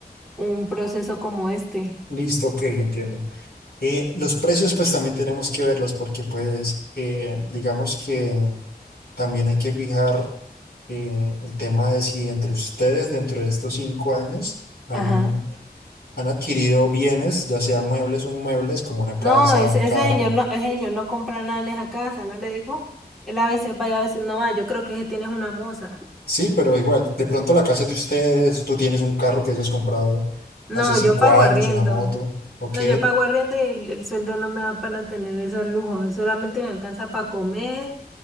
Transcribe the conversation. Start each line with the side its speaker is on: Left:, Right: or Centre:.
Centre: un proceso como este.
Left: Listo, ok, entiendo. Eh, los precios pues también tenemos que verlos porque pues eh, digamos que también hay que fijar eh, el tema de si entre ustedes dentro de estos cinco años han,
Centre: Ajá.
Left: han adquirido bienes, ya sea muebles o inmuebles, como una
Centre: No,
Left: casa,
Centre: ese,
Left: un carro
Centre: ese señor no, ese señor no compra nada en esa casa, ¿no le digo? Él a veces vaya, a veces no va. Yo creo que ese tiene es una moza.
Left: Sí, pero igual, de pronto la casa es de ustedes, tú tienes un carro que hayas comprado
Centre: No,
Left: hace cinco
Centre: yo pago
Left: años,
Centre: arriendo.
Left: una moto, ok,
Centre: No, yo pago arriendo y el, el sueldo no me da para tener esos lujos, solamente me alcanza para comer,